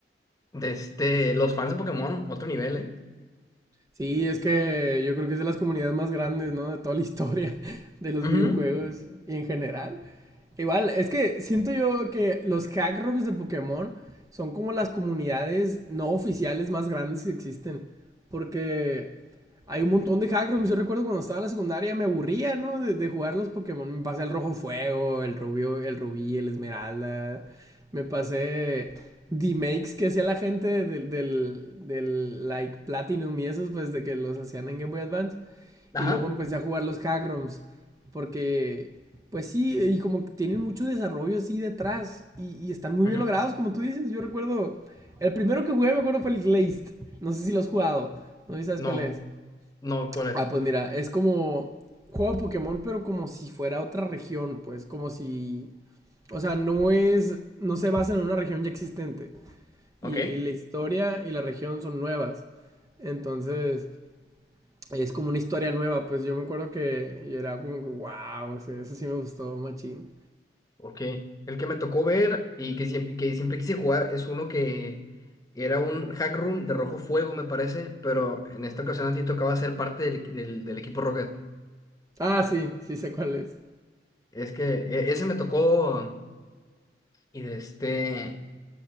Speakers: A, on the left; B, on the right.
A: De este, los fans de Pokémon, otro nivel, ¿eh?
B: Sí, es que yo creo que es de las comunidades más grandes, ¿no? De toda la historia <laughs> de los
A: Ujú.
B: videojuegos y en general. Igual, es que siento yo que los hack rooms de Pokémon son como las comunidades no oficiales más grandes que existen. Porque hay un montón de hack rooms. Yo recuerdo cuando estaba en la secundaria me aburría, ¿no? De, de jugar los Pokémon. Me pasé el Rojo Fuego, el Rubio, el Rubí, el Esmeralda. Me pasé D-Makes que hacía la gente del, del, del, like Platinum y esos, pues de que los hacían en Game Boy Advance.
A: Ajá.
B: Y luego empecé a jugar los hack ROMs. Porque, pues sí, y como que tienen mucho desarrollo así detrás. Y, y están muy
A: Ujú.
B: bien logrados, como tú dices. Yo recuerdo. El primero que jugué, me acuerdo, fue el Glazed. No sé si lo has jugado. No sé si sabes
A: No,
B: cuál es.
A: no, ¿cuál es?
B: Ah, pues mira, es como. Juego de Pokémon, pero como si fuera otra región, pues. Como si. O sea, no es. No se basa en una región ya existente.
A: Ok.
B: Y, y la historia y la región son nuevas. Entonces es como una historia nueva, pues yo me acuerdo que yo era como, wow, ese, ese sí me gustó, machín.
A: Ok, el que me tocó ver y que siempre, que siempre quise jugar es uno que era un hack room de rojo fuego, me parece, pero en esta ocasión a ti tocaba ser parte del, del- del equipo Rocket.
B: Ah, sí, sí sé cuál es.
A: Es que e- ese me tocó y de este,